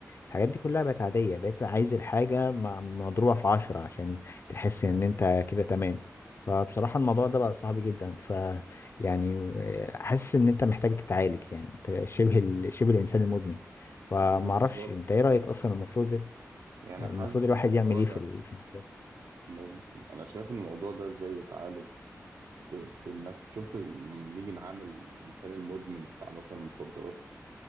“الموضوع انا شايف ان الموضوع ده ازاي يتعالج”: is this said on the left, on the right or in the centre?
Right